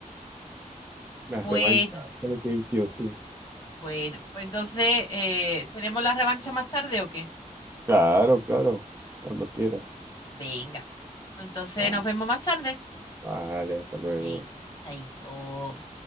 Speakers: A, on the left; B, on the right.
A: Bueno,
B: la revancha, tiene que ir sí o sí.
A: bueno, pues entonces, eh, ¿tenemos la revancha más tarde o qué?
B: Claro, claro, cuando quieras.
A: Venga, pues entonces
B: Ah,
A: nos vemos más tarde.
B: vale, hasta luego.
A: Venga, chaito.